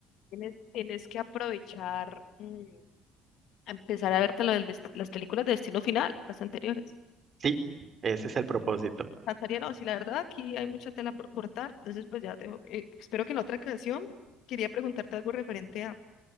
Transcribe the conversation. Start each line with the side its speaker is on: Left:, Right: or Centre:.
Left: Tienes, tienes que aprovechar, mm, a empezar a verte lo del dest- las películas de Destino Final, las anteriores.
Right: Sí, ese es el propósito.
Left: Natalia, no, si la verdad aquí hay mucha tela por cortar, entonces pues ya tengo, eh, espero que en otra canción quería preguntarte algo referente a,